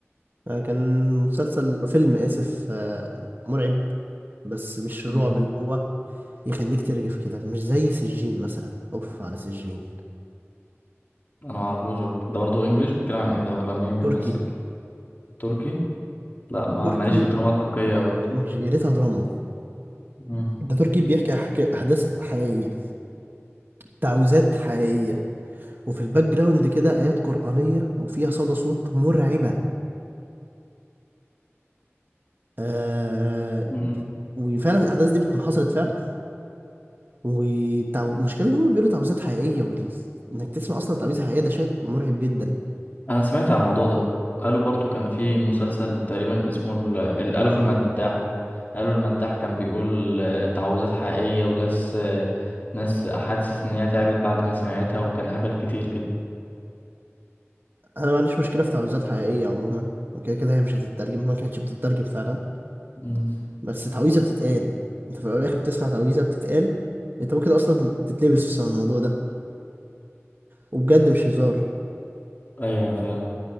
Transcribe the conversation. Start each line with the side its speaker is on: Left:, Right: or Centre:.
Right: آه، كان مسلسل فيلم اسف آه، مرعب بس مش الرعب
Left: مم.
Right: اللي هو يخليك ترجف كده مش زي سجين مثلا اوف على سجين
Left: انا ما اعرفوش هو ده برضه انجليش بيتكلم عن ايه ده ولا مين بيمثل
Right: تركي
Left: تركي لا ما
Right: تركي
Left: ماليش في الدراما التركية قوي
Right: مش يا ريتها دراما
Left: مم.
Right: ده تركي بيحكي أحك- احداث حقيقيه تعويذات حقيقيه وفي الباك جراوند كده ايات قرانيه وفيها صدى صوت مرعبه آه
Left: مم.
Right: بي... وفعلا الاحداث دي بتكون حصلت فعلا والمشكله ان هم بيقولوا تعويذات حقيقيه وال... انك تسمع اصلا تعويذه حقيقيه ده شيء مرعب جدا
Left: انا سمعت عن الموضوع ده قالوا برضه كان في مسلسل تقريبا اسمه ال- الالف المداح قالوا المداح كان بيقول آه، تعويذات حقيقية وناس آه، ناس حاسس ان هي تعبت بعد ما سمعتها وكان هبل كتير كده
Right: انا ما عنديش مشكله في تعويذات حقيقيه عموما وكده كده هي مش هتترجم ما كانتش بتترجم فعلا
Left: مم.
Right: بس تعويذة بتتقال انت في الاول والاخر بتسمع تعويذة بتتقال انت ممكن اصلا تتلبس بسبب الموضوع ده وبجد مش هزار
Left: ايوه انا فاهم